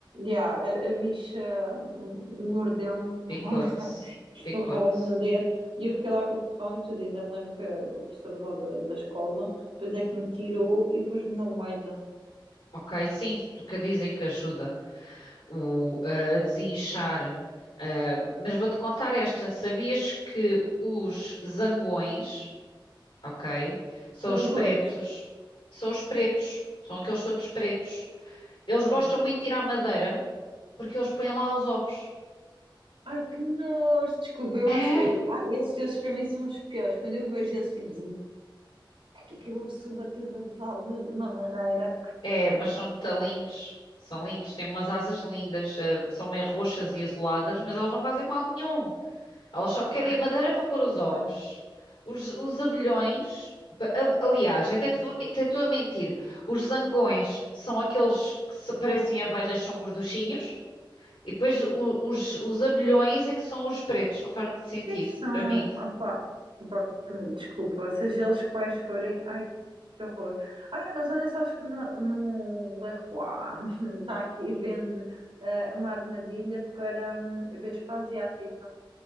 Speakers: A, on the right; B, on the left.
A: yeah, a, a bicha hum, <laughs> mordeu-me, mordeu
B: Picote,
A: não, <laughs>
B: picote.
A: ferrou-me no dedo e eu fiquei lá com o ferrão e tudo. E ainda me lembro que a, que a professora lá da, da escola depois é que me tirou e pôs-me uma moeda.
B: Ok, sim, porque dizem que ajuda o, ah, a desinchar. Ah, mas vou-te contar esta. Sabias que os zangões, ok, são
A: Estás
B: os pretos,
A: gordos?
B: são os pretos, são aqueles todos pretos. Eles
A: Sim.
B: gostam muito de tirar madeira porque eles põem lá os ovos.
A: Ai, que nojo! Desculpa, eu
B: <laughs>
A: acho. Eu, ai, esses, esses para mim são os piores. Quando eu vejo esses tipo. É que aquilo se bater das asas de uma maneira. Ai,
B: É, mas
A: que não.
B: são muito lindos. São lindos, têm umas asas lindas, eh, são meio roxas e isoladas, mas elas não fazem mal nenhum. Elas só querem
A: Ai,
B: a madeira para pôr os ovos.
A: pá.
B: Os, os abelhões, pa- a- aliás, até te vou me- até estou a mentir. Os zangões são aqueles que se- parecem abelhas, são gorduchinhos. E depois o- os, os abelhões é que são os pretos, não faz muito sentido
A: Quem são?
B: para mim.
A: Opá. Opá, que- desculpa, seja eles quais forem. Ai, que horror. Ai, mas olha, sabes que no, no Leroy <laughs> está aqui vende eh, uma armadilha para hum, Vespa Asiática.